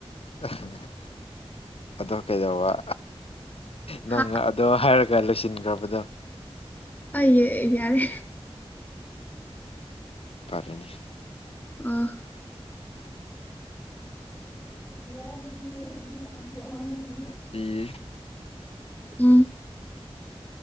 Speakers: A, on the left; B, on the left.
A: <unintelligible> ꯑꯗꯣ ꯀꯩꯗꯧꯕ ꯅꯪ
B: ꯍꯥ
A: ꯑꯗꯣ ꯍꯥꯏꯔꯒ ꯂꯣꯏꯁꯤꯟꯒ꯭ꯔꯕꯗꯣ
B: ꯑꯩ ꯌꯥꯔꯦ
A: ꯐꯔꯦꯅꯦ
B: ꯑꯥ <unintelligible>
A: ꯃꯁꯤ
B: ꯎꯝ